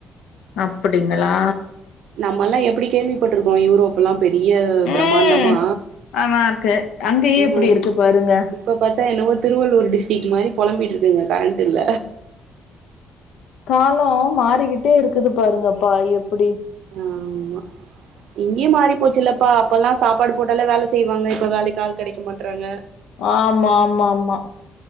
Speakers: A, on the left; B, on the right.
A: அப்புடிங்களா
B: நம்மல்லா எப்புடி கேள்விப்பட்டுருக்கோ யூரோப்பல்லா பெரியே ப்ரமாண்டமா
A: ம். ஆனா இருக்கு அங்கயே
B: ம்
A: எப்டி இருக்கு பாருங்க
B: இப்பொ பாத் தா என்னவோ திருவள்ளூர் டிஸ்டிக் மாரி பொழம்பிட்ருக்குங்க கரண்ட்டில்ல
A: காலோ மாறிகிட்டே இருக்குது பாருங்கப்பா எப்புடி
B: ஆமா இங்கியே மாறிப் போச்சுல்லப்பா அப்போல்லா சாப்பாடு போடாலே வேல செய்வாங்க இப்ப வேலைக்கு ஆள் கெடைக்க மாட்றாங்க
A: ஆமா ஆமா ஆமா